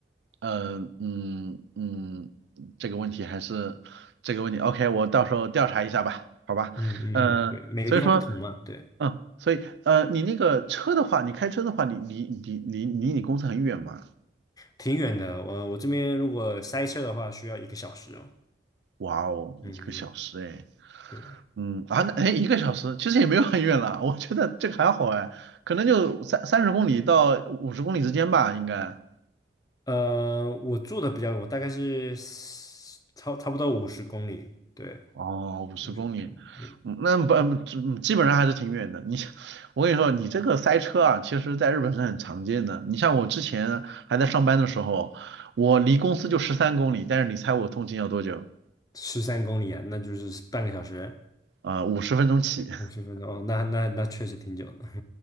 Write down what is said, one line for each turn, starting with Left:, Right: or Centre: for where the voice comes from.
Right: 呃，嗯嗯，这个问题还是这个问题，OK，我到时候调查一下吧，好吧？
Left: 嗯嗯嗯，
Right: 嗯、
Left: 嗯对，每个地方不同嘛，
Right: 所以说。
Left: 对，
Right: 嗯，所以呃，你那个车的话，你开车的话，你离离离离你公司很远吗？
Left: 挺远的。我我这边如果塞车的话，需要一个小时哦。
Right: 哇哦，
Left: 嗯嗯，
Right: 一个小时哎，
Left: 嗯对，
Right: 嗯啊，那哎一个小时其实也没有很远了，我觉得这个还好哎，可能就三三十公里到五十公里之间吧，应该。
Left: 呃，我住的比较远，我大概是差差不多五十公里，对，
Right: 哦，五十公里，
Left: 五十公里，嗯，
Right: 嗯那不嗯基本上还是挺远的。你像我跟你说，你这个塞车啊，其实在日本是很常见的。你像我之前还在上班的时候，我离公司就十三公里，但是你猜我通勤要多久？
Left: 十三公里啊，那就是半个小时。
Right: 呃，五十分钟起。
Left: 五十分钟哦，那那那确实挺久的。<laughs>